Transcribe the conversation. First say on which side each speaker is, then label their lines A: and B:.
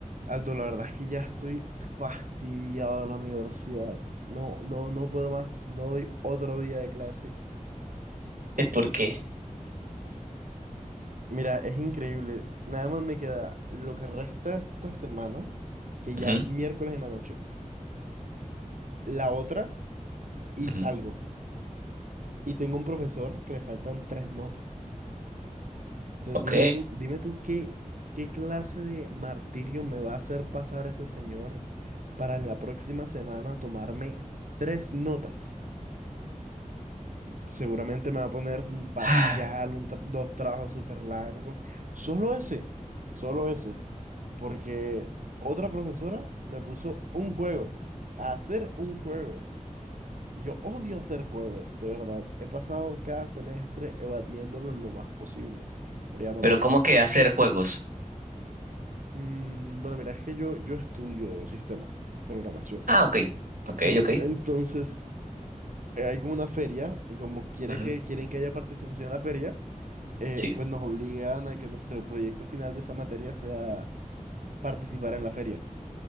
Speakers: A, on the right; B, on the right.
A: Aldo, la verdad es que ya estoy fastidiado de la universidad. No, no, no puedo más. No doy otro día de clase.
B: porque...
A: Mira, es increíble. Nada más me queda lo que resta esta semana, que ya
B: Ujú,
A: es miércoles en la noche, la otra y
B: ujú.
A: salgo. Y tengo un profesor que le faltan tres notas. Entonces,
B: Ok.
A: dime tú, dime tú qué, qué clase de martirio me va a hacer pasar ese señor para en la próxima semana tomarme tres notas. Seguramente me va a poner un parcial,
B: ah,
A: un tra- dos trabajos súper largos. Solo ese, solo ese. Porque otra profesora me puso un juego, a hacer un juego. Y yo odio hacer juegos, de verdad. He pasado cada semestre evadiéndolo lo más posible, pero ya no
B: Pero
A: puedo
B: ¿cómo
A: más.
B: que hacer juegos?
A: Mm, bueno, mira, es que yo, yo estudio sistemas, programación.
B: Ah, ok. Ok,
A: En-
B: ok.
A: entonces, eh, hay como una feria y como quiere
B: Ujú,
A: que, quieren que haya participación en la feria. eh,
B: Sí,
A: pues nos obligan a que nuestro proyecto final de esa materia sea participar en la feria.